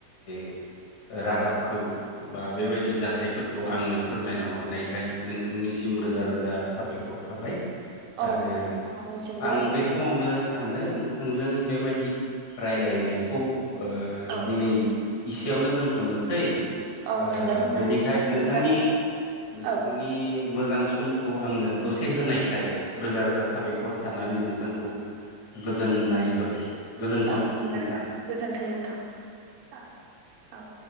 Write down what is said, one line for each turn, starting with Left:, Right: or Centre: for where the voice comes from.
Left: <inaudible> रादाबखौ बा बेबायदि जाथायफोरखौ आंनो फोरमायना हरनायखाय नोंथांनिसिम रोजा रोजा साबायखर थाबाय
Right: औ
Left: आरो
Right: नोंथांमोननिसिमबो
Left: आं बे समावनो सानो थोंजों बेबायदि रायलायनायखौ ओ
Right: औ
Left: दिनै इसेयावनो दोनथ'नोसै
Right: औ
Left: ओ
Right: नंगौ नोंथां
Left: बेनिखाय
Right: समानो
Left: नोंथांनि
Right: जाबाय
Left: नोंथांनि
Right: औ
Left: मोजां समखौ आंनो दसे होनायखाय रोजा रोजा साबायखर थानानै नोंथांखौ गोजोननाय होबाय गोजोनथों
Right: औ नंगौ
Left: नोंथां
Right: गोजोन्थों नोंथां औ औ